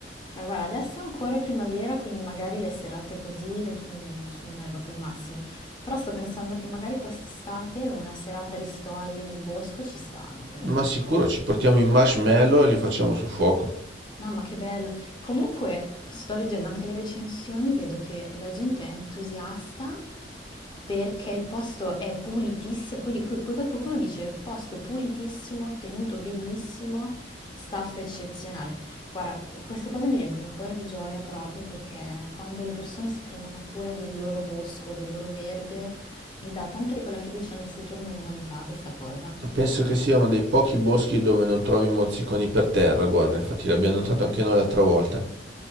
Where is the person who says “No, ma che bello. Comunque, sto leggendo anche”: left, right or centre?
Left